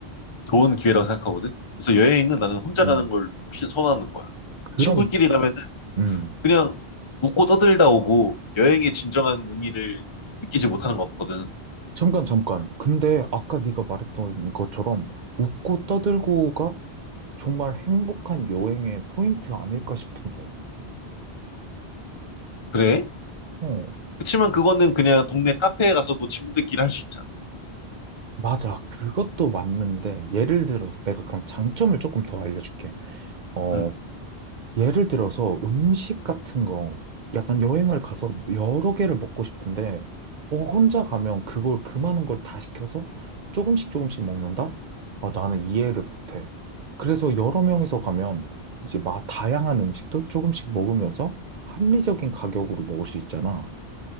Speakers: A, on the left; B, on the right.
A: 좋은 기회라고 생각하거든. 그래서 여행은 나는 혼자
B: 음.
A: 가는 걸 훨씬 선호하는 거야.
B: 그럼,
A: 친구끼리 가면은
B: 음.
A: 그냥 웃고 떠들다 오고 여행의 진정한 의미를 느끼지 못하는 것 같거든.
B: 잠깐, 잠깐. 근데 아까 네가 말했던 것처럼 웃고 떠들고가 정말 행복한 여행의 포인트 아닐까 싶은데.
A: 그래?
B: 어,
A: 그치만 그거는 그냥 동네 카페에 가서도 친구들끼리 할 수 있잖아.
B: 맞아. 그것도 맞는데 예를 들어서 내가 그럼 장점을 조금 더 알려줄게. 어,
A: 응,
B: 예를 들어서 음식 같은 거, 약간 여행을 가서 여러 개를 먹고 싶은데, 어, 혼자 가면 그걸 그 많은 걸 다 시켜서 조금씩 조금씩 먹는다? 아, 나는 이해를 못해. 그래서 여러 명이서 가면 이제 막 다양한 음식도 조금씩 먹으면서 합리적인 가격으로 먹을 수 있잖아.